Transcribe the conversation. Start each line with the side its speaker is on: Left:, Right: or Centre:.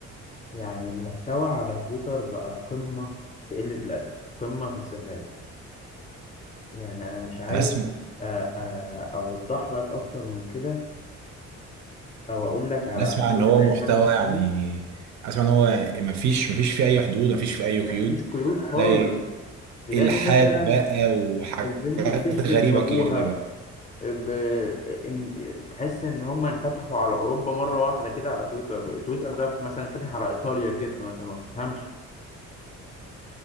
Left: يعني المحتوى على تويتر بقى قمة في قلة الأدب قمة في السفالة يعني أنا مش عايز
Right: انا اسمع
Left: آه، آه، أوضح لك أكتر من كده أو أقول لك على
Right: انا
Left: أمثلة
Right: اسمع ان هو
Left: بعينها
Right: محتوى
Left: أنا شفتها
Right: يعني اسمع ان هو ما فيش ما فيش فيه اي حدود ما فيش فيه اي
Left: مفيش
Right: قيود
Left: قيود خالص
Right: تلاقي
Left: تلاقي
Right: الحاد
Left: مثلا
Right: بقى وحاجات
Left: البنت بتشتم
Right: غريبه
Left: في أبوها
Right: كده بقى
Left: ب- إن- تحس ان هم انفتحوا على اوروبا مره واحده كده على تويتر تويتر ده مثلا فاتح على ايطاليا كده مثلا ما تفهمش